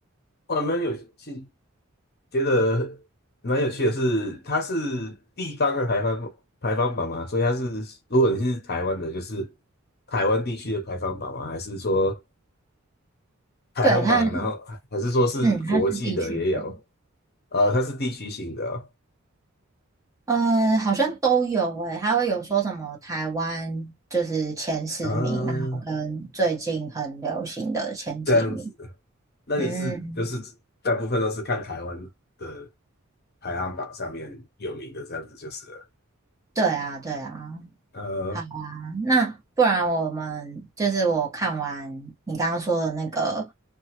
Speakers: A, on the left (about 50°); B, on the right (about 15°).
A: 我还蛮有趣，觉得蛮有趣的是，它是地方的排放排放榜吗？所以它是，如果你是台湾的，就是台湾地区的排行榜吗？还是说排行榜，
B: 对，它是
A: 然后还是说是国际的也有？
B: 嗯它是地区的，
A: 呃，它是地区性的哦
B: 呃，好像都有诶、它会有说什么台湾就是前十名，
A: 啊，
B: 然后跟最近很流行的前几名，
A: 这样子。那你是就是大部分都是看台湾的
B: 嗯，
A: 排行榜上面有名的这样子就是了。
B: 对啊，对啊。
A: 呃，
B: 好啊，那不然我们就是我看完你刚刚说的那个